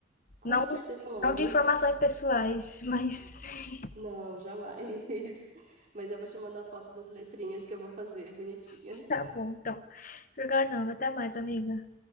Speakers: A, on the right; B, on the left.
A: Com
B: Não,
A: certeza eu mando.
B: não de informações
A: <laughs>
B: pessoais, mas
A: Não, jamais. <laughs> Mas eu vou te mandar a foto das letrinhas que eu vou fazer bonitinhas.
B: <laughs> tá bom, então. Fernando, até mais, amiga.